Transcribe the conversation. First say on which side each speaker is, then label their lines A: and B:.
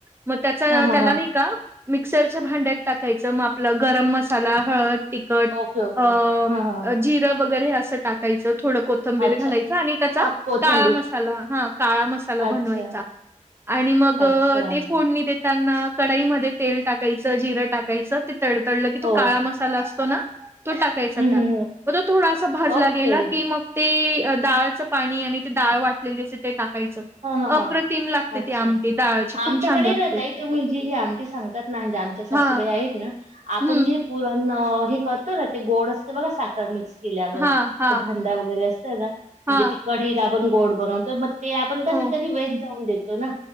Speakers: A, on the right; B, on the right.
A: मग त्याचा
B: हां, हां,
A: त्याला
B: हां.
A: नाही का मिक्सरच्या भांड्यात टाकायचं म आपलं गरम मसाला, हळद तिकट
B: ओके, ओके.
A: अ
B: हां, हां, हां.
A: जिरं वगैरे हे असं टाकायचं. थोड कोत थंबीर
B: अच्छा.
A: घालायच. आणि त्याचा
B: हां, कोथिंबीर.
A: काळा मसाला हा काळा मसा त्याला बनवायचा.
B: अच्छा,
A: आणि मग
B: अच्छा.
A: ति पुड णी देताना कढईमध्ये तेल टाकायचं जिरं टाकायचं ते तडतडलं की तो
B: हो.
A: काळा मसाला अस तो ना? तो टाकायचा
B: हं,
A: त्यात
B: हं, हं.
A: म तो थोडासा भाजला
B: ओके.
A: गेला की मग ते डाळचं पाणी आणि ते डाळ वाटलेली असते ते टाकायचं.
B: हां, हां,
A: अप्रतिम
B: हां.
A: लागते
B: अच्छा.
A: ते आमटी. डाळची खूप
B: आमच्याकडे
A: छान लागते.
B: ना ताई तुम्ही जी ही आमटी सांगतात ना? म्हणजे आमच्या सासूबाई
A: हां,
B: आहेत ना? आपण
A: हं,
B: जे पुरण हे करतो ना ते गोड असते बघा साखर मिक्स केल्यावर
A: हां,
B: ते
A: हां,
B: भांडा वगैरे असत ना? म्हणजे
A: हां,
B: ती कढईत आपण गोड बनवतो मग ते आपण कसी
A: हो,
B: कधी वेस्ट जाऊन देतो ना?